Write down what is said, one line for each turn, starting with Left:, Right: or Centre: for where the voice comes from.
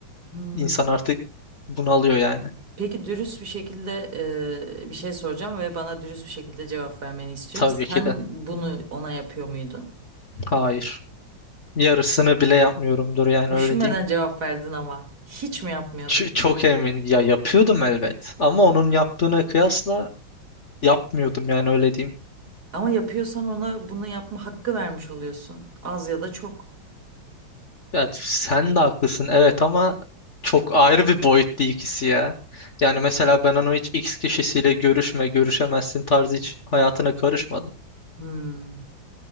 Right: hmm.
Left: İnsan artık bunalıyor yani.
Right: Peki dürüst bir şekilde e, bir şey soracağım ve bana dürüst bir şekilde cevap vermeni istiyorum.
Left: Tabii
Right: Sen
Left: ki de.
Right: bunu ona yapıyor muydun?
Left: Hayır. Yarısını bile yapmıyorumdur yani
Right: Düşünmeden
Left: öyle diyeyim.
Right: cevap verdin ama hiç mi yapmıyordun?
Left: Ç- çok eminim. Ya yapıyordum elbet. Ama onun yaptığına kıyasla yapmıyordum yani öyle diyeyim.
Right: Ama yapıyorsan ona bunu yapma hakkı vermiş oluyorsun. Az ya da çok.
Left: Ya sen de haklısın evet ama çok ayrı bir boyutta ikisi ya. Yani mesela ben onu hiç X kişisiyle görüşme, görüşemezsin tarzı hiç hayatına karışmadım.
Right: Hmm.